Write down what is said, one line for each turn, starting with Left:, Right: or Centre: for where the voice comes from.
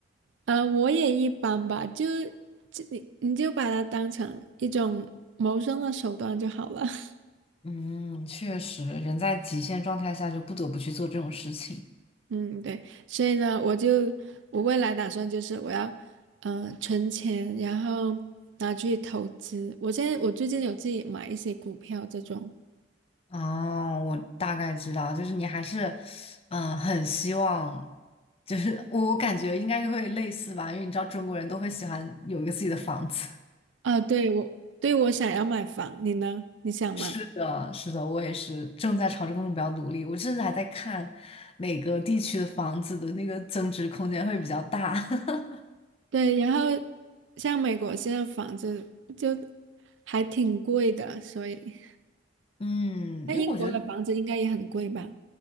Right: 呃，我也一般吧，就就你你就把它当成一种谋生的手段就好了。<laughs>
Left: <laughs> 嗯，确实，人在极限状态下就不得不去做这种事情。
Right: 嗯，对，所以呢，我就我未来打算就是我要，呃，存钱，然后拿去投资。我现在我最近有自己买一些股票这种。
Left: 哦，我大概知道，就是你还是，嗯，很希望，就是我我感觉应该会类似吧，因为你知道中国人都会喜欢有一个自己的房子。
Right: 啊，对，我对我想要买房，你呢？你想吗？
Left: 是的，是的，我也是正在朝这个目标努力。我甚至还在看哪个地区的房子的那个增值空间会比较大。<laughs>
Right: 对，然后像美国现在房子就还挺贵的，所以
Left: 嗯，
Right: 那英国的房子应该也很贵吧？
Left: 因为我觉得